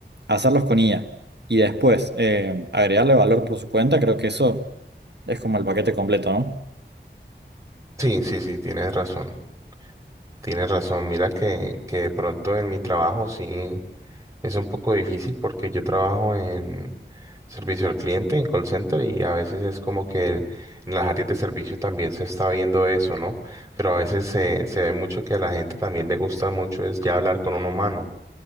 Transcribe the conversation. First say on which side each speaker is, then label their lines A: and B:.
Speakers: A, on the right; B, on the right.
A: hacerlos con IA y después eh, agregarle valor por su cuenta, creo que eso es como el paquete completo, ¿no?
B: Sí, sí, sí, tienes razón. Tienes razón. Mira que, que de pronto en mi trabajo sí. Es un poco difícil porque yo trabajo en servicio al cliente, en call center, y a veces es como que en las áreas de servicio también se está viendo eso, ¿no? Pero a veces se, se ve mucho que a la gente también le gusta mucho es ya hablar con un humano,